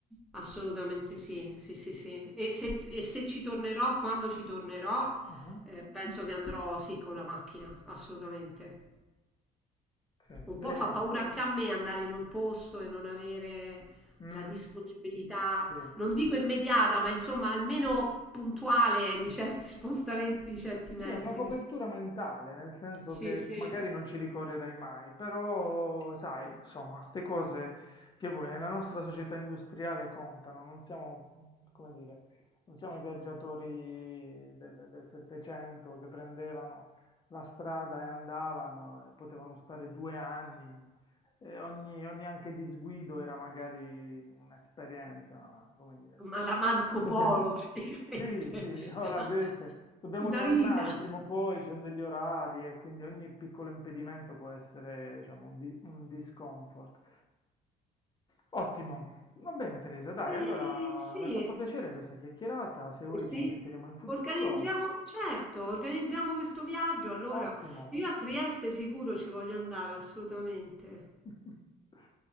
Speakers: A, in the centre; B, on the left.
A: Assolutamente sì, sì, sì, sì. E se, e se ci tornerò, quando ci tornerò,
B: Mhm,
A: eh, penso che andrò sì con la macchina, assolutamente.
B: Sì.
A: Un
B: E-
A: po' fa paura anche a me andare in un posto e non avere
B: mm,
A: la disponibilità,
B: sì.
A: non dico immediata, ma insomma almeno puntuale di certi <laughs> spostamenti, di certi
B: Sì,
A: mezzi.
B: è una copertura
A: perché-
B: mentale, nel senso
A: Sì,
B: che
A: sì,
B: magari non ci ricorrerai mai, però sai, insomma, ste cose che voi nella nostra società industriale contano, non siamo, come dire, non siamo i viaggiatori del, del Settecento che prendevano la strada e andavano e potevano stare due anni. E ogni, ogni anche disguido era magari un'esperienza, come dire.
A: ma la Marco
B: Dobbiamo...
A: Polo praticamente.
B: Sì, sì, oh
A: <laughs>
B: la Goethe, dobbiamo
A: Una
B: tornare
A: vita.
B: prima o poi, ci sono degli orari e quindi ogni piccolo impedimento può essere, diciamo, un di- un discomfort. Ottimo, va bene Teresa, dai,
A: Eh,
B: allora
A: sì,
B: mi ha fatto
A: mhmm,
B: piacere questa chiacchierata, se
A: sì,
B: vuoi
A: sì,
B: ci sentiremo in futuro,
A: organizziamo certo, organizziamo questo viaggio allora.
B: ottimo,
A: Io a Trieste sicuro ci voglio andare, assolutamente.
B: <laughs>